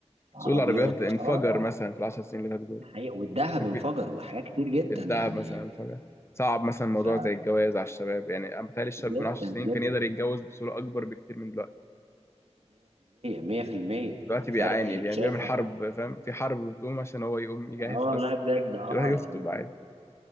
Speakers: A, on the right; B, on the left.
A: عربيات
B: سوق العربيات انفجر
A: اه لا لا
B: مثلا في العشر سنين اللي فاتوا دول
A: ده حقيقي والذهب
B: ممكن
A: انفجر وحاجات كتير جدا
B: الدهب
A: يعني
B: مثلا انفجر صعب مثلا موضوع
A: ف
B: زي الجواز على الشباب يعني أنا بتهيألي الشاب
A: جدا
B: من عشر سنين
A: جدا
B: كان يقدر يتجوز بصوره اكبر بكتير من دلوقتي
A: <clears throat> 100% 100%
B: دلوقتي
A: فرق
B: بيعاني يعني
A: شاسع
B: بيعمل حرب فاهم في حرب بتقوم عشان هو يقوم يجهز
A: اه والله
B: بس
A: بجد اه
B: يروح يخطب
A: يعني
B: عادي